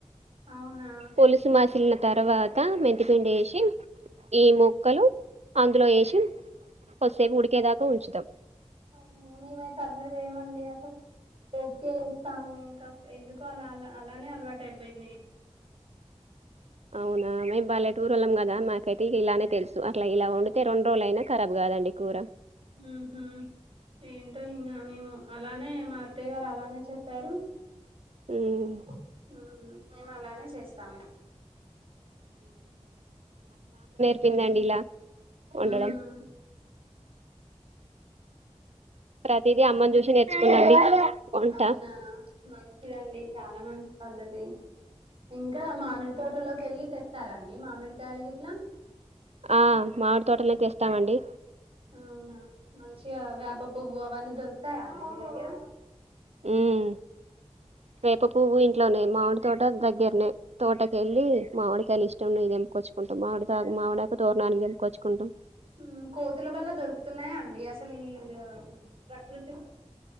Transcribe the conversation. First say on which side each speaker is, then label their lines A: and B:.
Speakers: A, on the right; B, on the right.
A: అవునా
B: పోులీసు మాసిలిన తర్వాత మెంతి పండి వేసి ఈ ముక్కలు అందులో వేసి కొసేపు ఉడికేదాకా ఉంచుతాం
A: అవునా మేమైతే అట్లా చేయమండి అసలు ఓకే ముకా ఎందు <inaudible> అలా అ అలానే అలవాటు అయిపోయింది
B: అవునా మేము బల్లెటూర్ వాళ్ళం కదా మాకైతే ఇలానే తెలుసు అట్లా ఇలా ఉండితే రెండు రోజులు అయినా కరాబ్ కాదండి కూర
A: ఉహు ఏంటో ఇంకా మేము అలానే మా అత్తయ్య గారు అలానే చెప్పారు
B: ఉమ్,
A: ఉమ్ మేము అలానే చేస్తాము
B: వెనండిలా వండడం
A: హ్మ్
B: ప్రతిదీ అమ్మని చూసి నేర్చుకున్నాండి వంట
A: అవునా మంచిదండి చాలా మంచి పద్ధతి ఇంకా మామిడి తోటలోకి వెళ్ళి తెస్తారా అండి మామిడికాయలు గిట్లా
B: ఆ మామిడి తోటలోనే తేస్తామండి
A: అవునా మంచి వేప పువ్వు అవన్నీ దొరుకుతాయండి మీ దగ్గర
B: ఉమ్ వేప పువ్వు ఇంట్లోనే మామిడి తోటక్ దగ్గరనే తోటకెల్లి మావిడికాయలు ఇష్ ఇష్టమైంది తెంపుకొచ్చుకుంటాం మావిడి కాయలు మామిడాకు తోరణానికి తెంపుకొచ్చుకుంటాం.
A: ఉమ్ కోతుల వల్ల దొరుకుతున్నాయా అండి అసల్ ఈ ఆమ్ ప్రకృతిలో